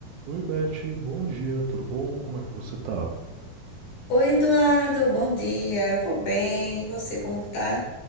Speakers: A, on the right (about 75°); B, on the left (about 65°).
A: Oi, Beth, bom dia, tudo bom? Como é que você tá?
B: Oi, Eduardo, bom dia. Eu vou bem. E você, como tá?